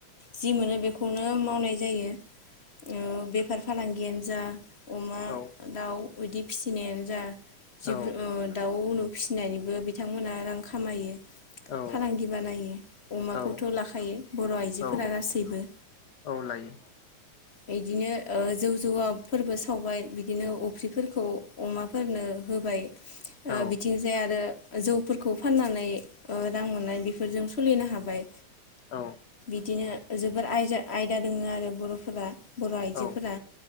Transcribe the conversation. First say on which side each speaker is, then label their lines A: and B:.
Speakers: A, on the left; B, on the left.
A: जि मोनो बे खौनो मावनाय जायो ओ बेफार फालांगियानो जा अमा
B: औ
A: दाउ बिदि फिसिनायानो जा जिखुनु
B: औ
A: ओ दाउ <unintelligible> फिसिनायनिबो बिथांमोनहा रां खामायो
B: औ
A: फालांगि बानायो अमाखौथ
B: औ
A: लाखायो बर आइजोफोरा
B: औ
A: गासैबो
B: औ लायो
A: बिदिनो ओ जौ जौवाफोरबो सावबाय बिदिनो अफ्रिफोरखौ अमाफोरनो होबाय ओ
B: औ
A: बिथिंजाय आरो जौफोरखौ फाननानै ओ रां मोननाय बेफोरजों सोलिनो हाबाय।
B: औ।
A: बिदिनो जोबोर आयजा- आयदा दोङो आरो बर'फोरा। बर' आइजोफोरा
B: औ